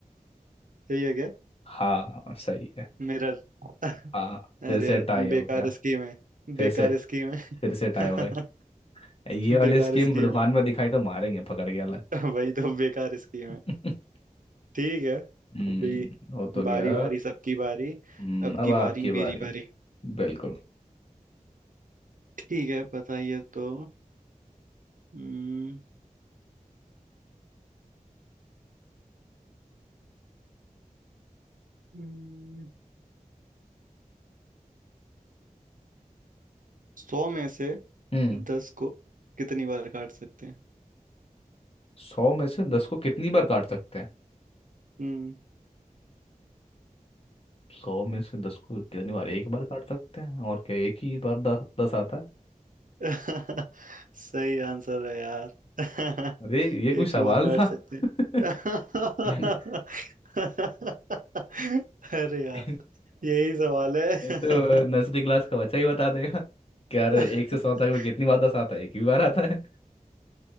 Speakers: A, on the right; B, on the left.
A: सही है क्या
B: हाँ सही है
A: मिरर <laughs> अरे
B: हाँ फिर से
A: यार
B: टाई
A: बेकार
B: हो गया
A: स्कीम है बेकार
B: फिर से
A: स्कीम है
B: फिर से टाई
A: <laughs>
B: हो गया ये वाली
A: बेकार
B: स्कीम
A: स्कीम
B: दुकान में दिखाई तो मारेंगे पकड़ के अलग
A: है <laughs> वही तो बेकार स्कीम
B: <laughs>
A: है ठीक है
B: हम्म
A: अभी
B: हो तो
A: बारी
B: गया
A: बारी सबकी बारी
B: हम्म,
A: अब
B: अब
A: की
B: आपकी
A: बारी मेरी
B: बारी
A: बारी
B: बिल्कुल
A: ठीक है बताइए तो हम्म हम्म, सौ में से
B: हम्म
A: दस को कितनी बार काट सकते हैं
B: सौ में से दस को कितनी बार काट सकते हैं
A: हम्म
B: सौ में से दस को कितनी बार एक बार काट सकते हैं और क्या एक ही बार दस दस आता है
A: <laughs> सही आंसर है यार <laughs>
B: अरे ये कोई
A: एक
B: सवाल
A: ही बार काट
B: था
A: सकते हैं <laughs>
B: <laughs> ये न-
A: अरे
B: <laughs>
A: यार यही सवाल है
B: ये तो नर्सरी क्लास का बच्चा ही बता देगा क्या रे
A: <laughs>
B: एक से सौ तक में कितनी बार दस आता है एक ही बार आता है